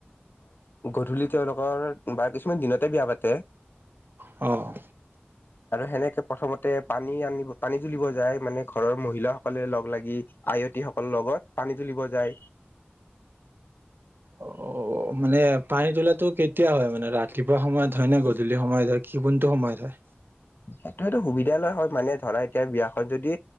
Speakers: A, on the left; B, on the right.
A: গধূলি তেওঁলোকৰ বা কিছুমান দিনতে বিয়া পাতে
B: অঁ
A: আৰু সেনেকে প্ৰথমতে পানী আনিব পানী তুলিব যায় মানে ঘৰৰ মহিলাসকলে লগ লাগি আয়তী সকলৰ লগত পানী তুলিব যায়
B: অ মানে পানী তোলা কেতিয়া হয় মানে ৰাতিপুৱা সময়ত হয় নে গধূলি সময়ত হয় কি কোনটো সময়ত হয়
A: সেটো সেইটো সুবিধা লয় হয় মানে ধৰা এতিয়া বিয়াখন যদি